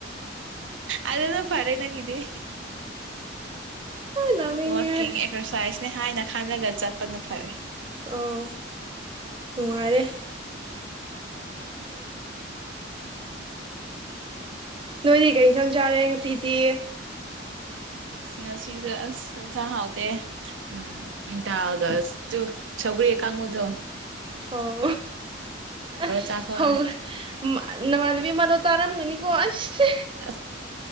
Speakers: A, on the right (about 80°); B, on the right (about 25°).
A: ꯑꯗꯖꯅ ꯐꯔꯦ ꯅꯪꯒꯤꯗꯤ
B: ꯅꯣꯛꯅꯤꯡꯉꯦ
A: ꯋꯥꯀꯤꯡ ꯑꯦꯛꯁꫪꯁꯥꯏꯁ ꯅꯦ ꯍꯥꯏꯅ ꯈꯥꯟꯂꯒ ꯆꯠꯄꯅ ꯐꯔꯦ
B: ꯑꯣ ꯅꯨꯡꯉꯥꯏꯔꯦ ꯅꯣꯏꯗꯤ ꯀꯩ ꯏꯟꯁꯥꯡ ꯆꯥꯔꯦ ꯉꯁꯤꯗꯤ
A: ꯉꯁꯤꯁꯦ ꯑꯁ ꯏꯟꯁꯥꯡ ꯍꯥꯎꯇꯦ ꯎꯝ ꯗꯥꯜꯒ ꯇꯨ ꯁꯒ꯭ꯔꯤ ꯑꯀꯪꯕꯗꯎ
B: ꯑꯣ ꯑꫭ <unintelligible>
A: ꯆꯥꯊꯣꯛꯑꯦ
B: ꯅꯃꯥꯟꯕꯤ ꯑꯃꯗꫭ ꯆꯥꯔꯝꯒꯅꯤꯀꯣ ꯑꯁ
A: ꯑꯁ